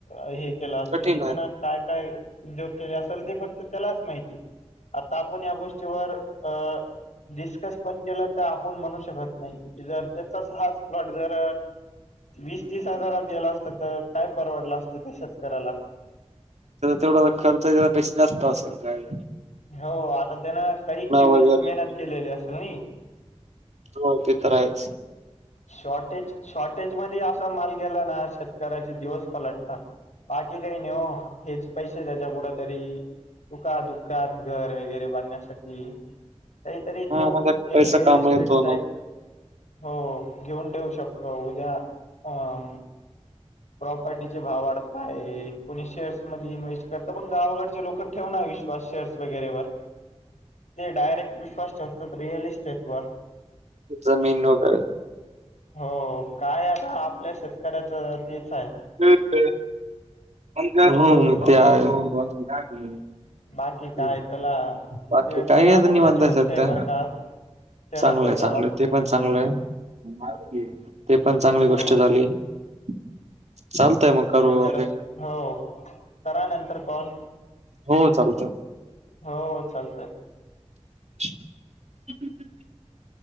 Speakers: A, on the left; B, on the right.
A: हे केलं असेल
B: कठीण
A: की
B: आहे
A: त्याना काय काय उद्योग केले असेल ते फक्त त्यालाच माहिती आता आपण या गोष्टीवर अह डिस्कस पण केलं तर आपण म्हणू शकत नाही की जर त्याचाच हाच प्लॉट जर वीस तीस हजारात गेला असत तर काय परवडलं असतं त्या शेतकऱ्याला.
B: त्याचा तेवढासा खर्च त्या पेक्षा जास्त असेल काय.
A: हो आता त्यान काही दिवस
B: वगैरे
A: मेहनत केलेली असेल ना
B: हो ते तर आहेच
A: शॉर्टेज शॉर्टेज मध्ये असा माल गेला ना शेतकऱ्याचे दिवस पलटतात बाकी काही नेव हेच पैसे त्याच्या कुठ तरी दुका दुःखात घर वगैरे बांधण्यासाठी काहीतरी
B: हा
A: तो
B: माझा पैसा
A: एक रिअल
B: कामा
A: इस्टेटचा
B: येतो ना
A: एक हो घेऊन ठेऊ शकतो उद्या. हा प्रॉपर्टी भाव वाढत आहे कोणी शेअर्स मध्ये इन्व्हेस्ट करत पण गावाकडचे लोक ठेवून आहे विश्वास शेअर्स वैगरेवर.
B: <inaudible>
A: ते डायरेक्ट विश्वास ठेवतात रिअल इस्टेट वर
B: जमीन वगैरे
A: हो काय आता आपल्या शेतकऱ्याचं तेचय
B: <unintelligible> हम्म
A: तर
B: ते आहे. हम्म
A: बाकी काय त्याला
B: बाकी
A: ते
B: काही
A: पण आनंदाची
B: आता निवांतय
A: गोष्ट
B: सध्या
A: आहे बरं का तेरा
B: चांगलय
A: चौदा
B: चांगलय
A: लाख रुपये
B: ते पण
A: म्हणल्यावर
B: चांगलंय ते पण चांगली गोष्ट
A: हो
B: झा <unintelligible> चालतय मग करू
A: विचारच
B: ओके
A: हो करा नंतर कॉल
B: हो चालतय.
A: हो चालतय.
B: <inaudible>